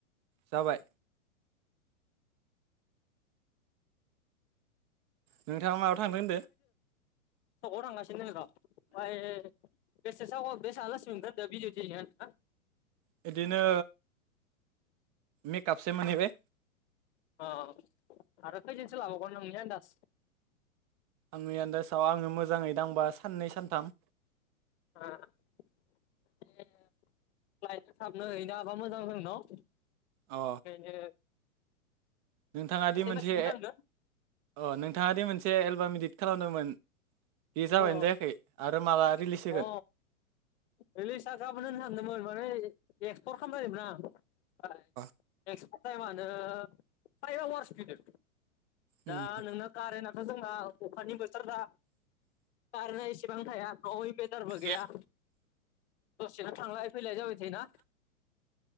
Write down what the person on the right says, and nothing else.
जाबाय नोंथाङा माबायाव थांदो
बिदिनो मेकपसे मोनैबाय
आंनि आन्दासाव आङो मोजाङै दांबा साननै सानथाम
अ
नोंथाङा दि मोनसे
अ नोंथाङा दि मोनसे एलबाम इदिट खालामदोंमोन बे जाबायानो
जायाखै आरो माला रिलिस
अ
उम
अ